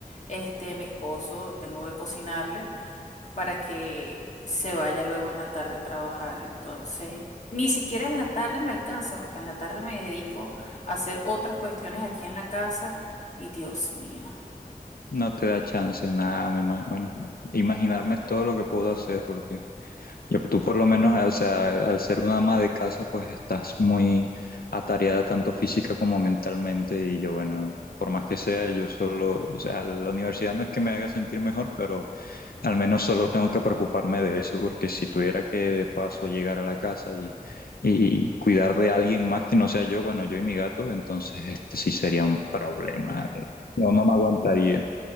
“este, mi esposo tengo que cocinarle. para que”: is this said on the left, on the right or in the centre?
Left